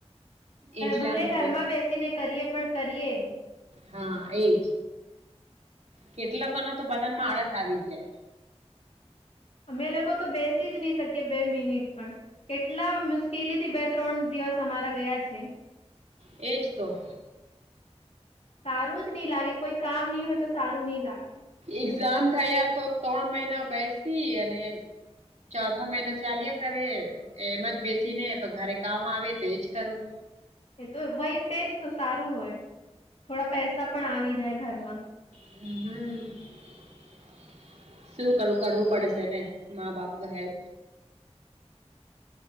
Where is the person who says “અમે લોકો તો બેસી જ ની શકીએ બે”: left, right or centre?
Left